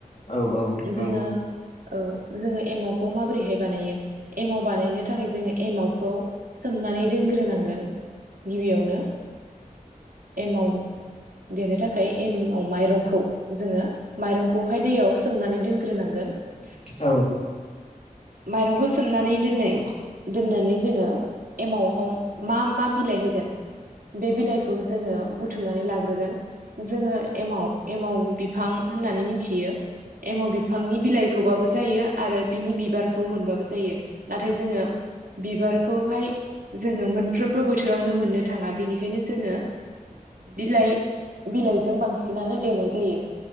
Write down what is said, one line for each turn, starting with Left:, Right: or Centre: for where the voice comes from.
Left: औ औ
Right: जोङो
Left: नंगौ
Right: औ जोङो एमावखौ माबोरैहाय बानायो? एमाव बानायनो थाखाय जोङो एमावखौ सोमनानै दोनग्रोनांगोन । गिबियावनो एमाव देनो थाखाय एमाव माइरंखो जोङो माइरंखौहाय दैयाव सोमनानै दोनग्रोनांगोन ।
Left: औ ।
Right: माइरंखौ सोमनानै दोन्नै दोननानै जोङो एमावआव हम मा - मा बिलाइ होगोन? बे बिलाइखौ जोङो बुथुमनानै लाग्रोगोन । जोङो एमाव - एमाव बिफां होननानै मिथियो । एमाव बिफांनि बिलाइखौबाबो जायो आरो बिनि बिबारख खौ मोनबाबो जायो नाथाय जोङो बिबारखौहाय जोङो मोनफ्रोमबो बोथोरावनो मोननो थाङा बिनिखायनो जोङो बिलाइ बिलाइजों बांसिनानो देनाय जायो